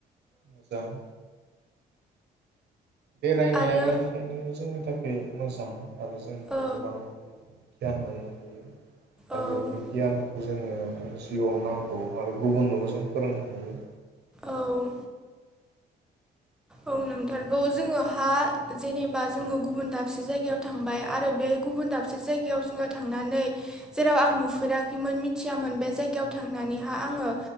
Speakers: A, on the right; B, in the centre.
A: मोजां बेरायनाया
B: आरो
A: बेनिखायनो जोंनि थाखाय बे मोजां आरो जोङो
B: ओ
A: गोबां बिदिनो गियान मोननो हायो
B: औ
A: आरो बेफोर गियानखौ जोङो जिउआव नांगौ आरो गुबुननोबो जों फोरोंनो हायो।
B: औ औ नोंथारगौ, जोङोहा जेनेबा जोङो गुबुन दाबसे जायगायाव थांबाय आरो बे गुबुन दाबसे जायगायाव जोङो थांनानै, जेराव आं नुफेराखैमोन मिथियामोन बे जायगायाव थांनानैहा आङो